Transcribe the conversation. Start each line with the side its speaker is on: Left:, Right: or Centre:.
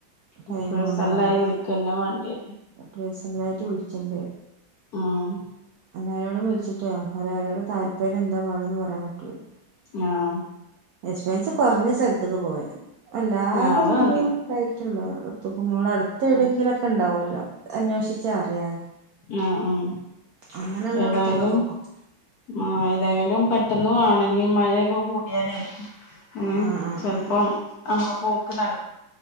Right: ടൈമുണ്ടാവുല്ല
Left: പേഴ്സണലായി വിളിക്കന്നെ വേണ്ടിവരും
Right: പേഴസണലായിട്ട് വിളിച്ചണ്ട്
Left: ഉം
Right: എല്ലാരോടും വിളിച്ചിട്ടൊ അവരോരടെ താല്പര്യം എന്താ പാടന്ന് പറയാൻ പറ്റൂള്ളൂ
Left: ആഹ്
Right: എക്സ്പെൻസ് കൊറ്ഞ്ഞ സല്ത്ത്ക്ക് പോവേ അല്ലാതെങ്ങോട്ടും
Left: ആഹ് അത് മതി
Right: <unintelligible> അടുത്തെവിടെക്കെങ്കിലുമൊക്കെ
Left: ആഹ്
Right: ഉണ്ടാവൊല്ലോ ല്ലൊ അന്വേഷിച്ച അറിയാന
Left: ആഹ് ആഹ്
Right: അങ്ങനെയുള്ളടത്തക്കൊക്കെ
Left: ഏതായാലും
Right: പോവാം
Left: ആഹ് എതായാലും പെട്ടെന്ന് വാണങ്കി മഴയൊക്കെ കൂടിയാലേ ഉം
Right: ആഹ് ആഹ്
Left: ചിലപ്പം
Right: ആഹ്
Left: അന്ന പോക്ക് നട